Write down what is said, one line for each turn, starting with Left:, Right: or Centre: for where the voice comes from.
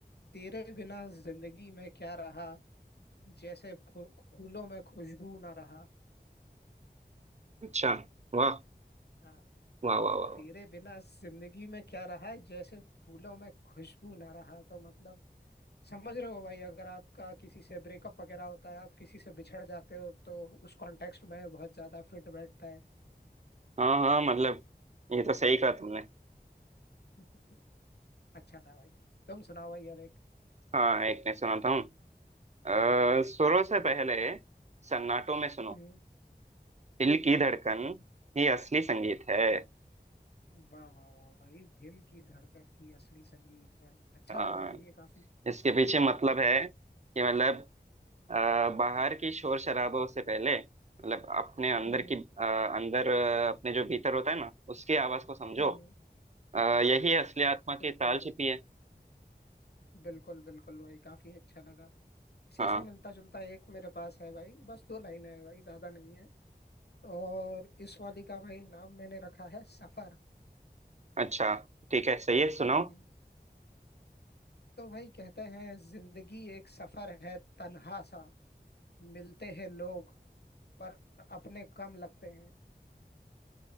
Left: तेरे बिना जिंदगी में क्या रहा जैसे फू- फूलों में खुशबू ना रहा
Right: अच्छा वाह
Left: हाँ
Right: वाह वाह वाह वाह।
Left: तेरे बिना जिंदगी में क्या रहा जैसे फूलों में खुशबू ना रहा तो मतलब समझ रहे हो भाई अगर आपका किसी से ब्रेकअप वगैरह होता है आप किसी से बिछड़ जाते हो तो उस कॉन्टेक्स्ट में बहुत ज्यादा फिट बैठता है
Right: हाँ हाँ मतलब ये तो सही कहा तुमने
Left: <laughs> अच्छा था भाई तुम सुनाओ भाई अब एक
Right: हाँ एक मैं सुनाता हूँ अ, सुरों से पहले सन्नाटों में सुनो
Left: हम्म हम्म।
Right: दिल
Left: हम्म।
Right: की धड़कन ही असली संगीत है
Left: वाह वाह वाह भाई दिल की धड़कन ही असली संगीत है अच्छा
Right: हाँ,
Left: लगा भाई ये काफी
Right: इसके पीछे मतलब है कि मतलब अ, बाहर
Left: <clears throat>
Right: की शोर शराबों से पहले मतलब अपने अंदर
Left: हम्म
Right: की अ, अंदर अ, अपने जो भीतर होता है ना उसकी आवाज को समझो
Left: हम्म हम्म।
Right: अ, यही असली आत्मा की
Left: बिल्कुल
Right: ताल छिपी
Left: बिल्कुल
Right: है
Left: बिल्कुल बिल्कुल भाई काफी अच्छा लगा इसी
Right: हाँ
Left: से मिलता जुलता एक मेरे पास है भाई बस दो लाइनें हैं भाई ज्यादा नहीं है और इस वाली का भाई नाम मैंने रखा है सफर
Right: अच्छा ठीक है सही है सुनाओ
Left: हम्म हम्म। तो भाई कहते हैं जिंदगी एक सफर है तन्हा सा मिलते हैं लोग पर अपने कम लगते हैं